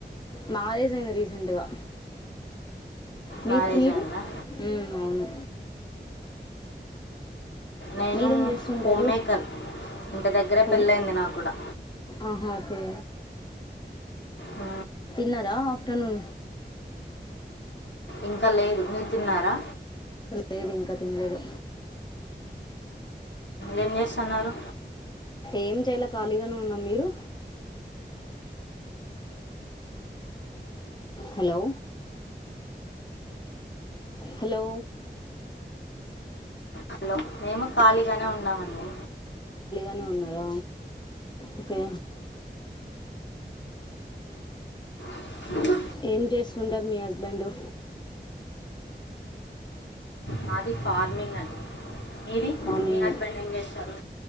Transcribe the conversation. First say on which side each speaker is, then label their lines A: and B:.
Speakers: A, on the left (about 25°); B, on the left (about 80°).
A: మా అయింది రీసెంట్గా మీ
B: మ్యారేజ్
A: మీరు
B: అయిందా
A: అవును
B: నేను
A: మీరేం చేస్తుంటారు
B: హోమ్మేకర్ ఇంటి దగ్గరే
A: హోమ్
B: పెళ్ళయింది నా కూడా
A: ఆహా ఒకే
B: ఆ
A: న్నార ఆఫటర్నూన్
B: ఇంకా లేదు మీరు తిన్నారా
A: లేదు ఇంకా తినలేదు
B: ఏం చేస్తున్నారు
A: ఏం చేయాల ఖాళీగానే ఉన్నాం మీరు హలో హలో
B: హలో మేము ఖాళీగానే ఉన్నామండి
A: అ ఉన్నారా ఓకే
B: అ
A: ఏం చేస్తుంటారు మీ హస్బెండు
B: మాది ఫార్మింగ్ అండి మీది
A: ఫార్మింగ్
B: మీ హస్బెండ్ ఏం చేస్తారు